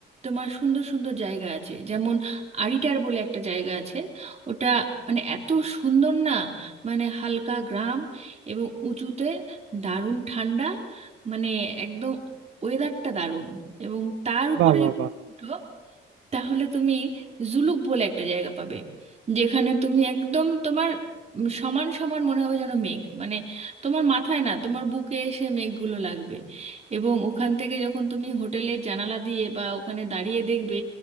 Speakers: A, on the right; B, on the right.
A: তোমার সুন্দর সুন্দর জায়গা আছে যেমন আরিটার বলে একটা জায়গা আছে ওটা মানে এত সুন্দর না মানে হালকা গ্রাম এবং উঁচুতে দারুণ ঠান্ডা মানে একদম ওয়েদারটা দারুণ এবং তার উপরে
B: বাহ বাহ
A: যদি
B: বাহ
A: উঠো, তাহলে তুমি জুলুক বলে একটা জায়গা পাবে যেখানে তুমি একদম তোমার উম সমান সমান মনে হবে যেন মেঘ মানে তোমার মাথায় না তোমার বুকে এসে মেঘগুলো লাগবে এবং ওখান থেকে যখন তুমি হোটেলের জানালা দিয়ে বা ওখানে দাঁড়িয়ে দেখবে